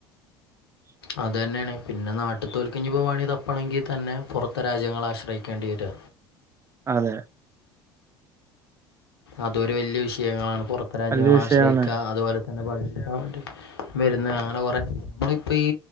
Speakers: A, on the left (about 75°); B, on the right (about 20°).
A: അതന്നേണ് പിന്നെ നാട്ട്ത്തോൽക്ക് ഇഞ്ഞ്പ്പം പണി തപ്പണെങ്കി തെന്നെ പൊർത്ത രാജ്യങ്ങളെ ആശ്രയിക്കേണ്ടി വെര
B: അതെ
A: അതൊരു വല്യ വിഷയങ്ങളാണ് പൊർത്തെ രാജ്യങ്ങളെ
B: വലിയ വിഷയമാണ്
A: ആശ്രയ്ക്കാ അതുപോലെ, <unintelligible> വെര്ന്നാ അങ്ങനെ കൊറേ നമ്മളിപ്പ ഈ